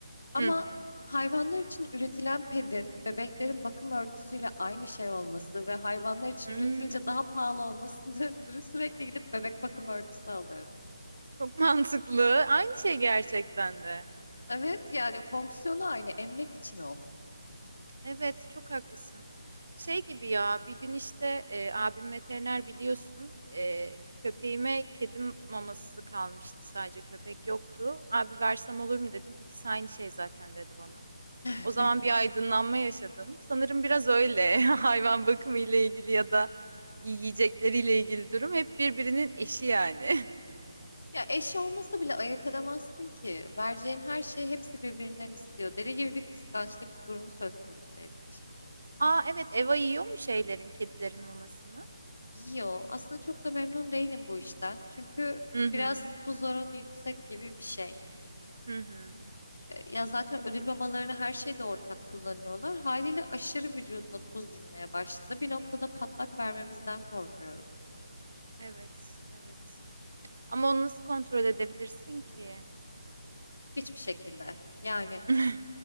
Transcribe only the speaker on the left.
Ama
hayvanlar için üretilen pedin bebeklerin bakım örtüsüyle aynı şey olması ve hayvanlar için
üretilince daha pahalı olmasını <laughs> ötürü sürekli gidip bebek bakım örtüsü alıyorum.
Evet yani fonksiyonu aynı emmek için o.
<laughs>
Ya eş olmasa bile ayırt edemezsin ki. Vereceğin her şeyi hepsi birbirinden istiyor. Deli gibi bir kıskançlık durumu söz konusu evin içinde.
Yiyor. Aslında çok da memnun değilim bu işten. Çünkü
biraz tuz oranı yüksek gibi bir şey.
E, Ya zaten ödül mamalarını her şeyde ortak kullanıyorlar. Haliyle aşırı vücuduna tuz binmeye başladı. Bir noktada patlak vermemizden korkuyorum.
Hiçbir şekilde. Yani